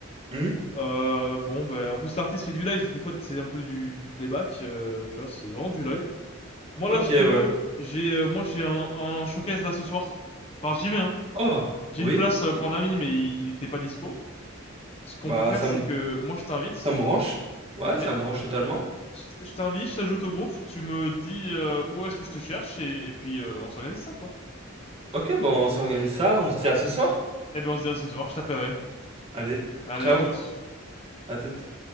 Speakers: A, on the right; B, on the left.
A: Hmm
B: Euh, bon, ben, en plus, l'artiste fait du live, des fois, c'est un peu du, du playback, euh, tu vois, c'est vraiment du live. Moi,
A: Ok,
B: là, si tu veux,
A: ouais.
B: j'ai, euh, moi, j'ai un, un showcase là ce soir. Enfin, j'y vais, hein.
A: Oh,
B: J'ai
A: oui,
B: une place euh,
A: i-
B: pour un ami, mais il il était pas dispo. Ce qu'on
A: bah
B: peut faire,
A: ça
B: c'est
A: me
B: que moi, je t'invite,
A: ça me branche. Ouais,
B: ok?
A: ça me branche totalement.
B: Je t- je t'invite, je t'ajoute au groupe, tu me dis euh, où est-ce que je te cherche, et, et puis euh, on s'organise ça, quoi.
A: Ok, bah on s'organise ça, on se dit à ce soir.
B: Eh ben, on se dit à ce soir, je t'appellerai.
A: Allez,
B: Allez,
A: ciao,
B: à toutes.
A: à toutes.